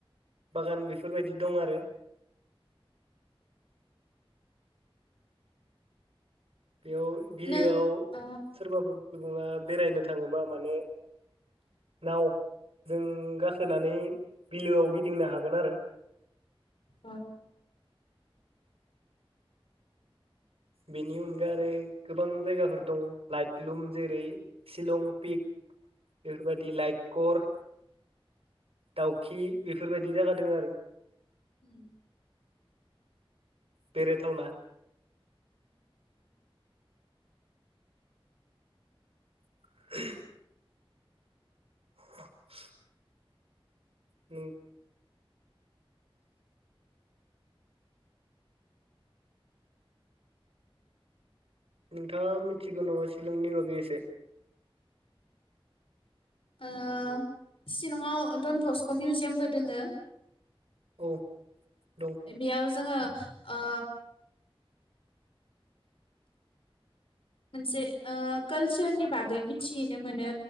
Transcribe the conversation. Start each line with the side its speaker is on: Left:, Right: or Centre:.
Right: बागान बेफोरबायदि दं आरो। बेयाव बिलोआव
Left: नों औ
Right: सोरबाफोर सुबुङा बेरायनो थाङोबा माने नावजों गाखोनानै बिलोआव गिदिंनो हागोन आरो।
Left: औ
Right: बेनि अनगा आरो गोबां जायगाफोर दं लाइटलुम जेरै- शिलं पिक बेफोरबायदि लाइटकर दाउखि बेफोरबायदि जागादों आरो।
Left: उम
Right: बेरायथावना <unintelligible> <unintelligible> नों नोंथाङा मिथिगौ नामा शिलंनि बागै एसे?
Left: ओ सिलंआव डन भस्क' मिउजियामबो दोङो
Right: औ दं
Left: एबेयावस जोङो ओ मोनसे ओ कालसारनि बागै मिथियैनो मोनो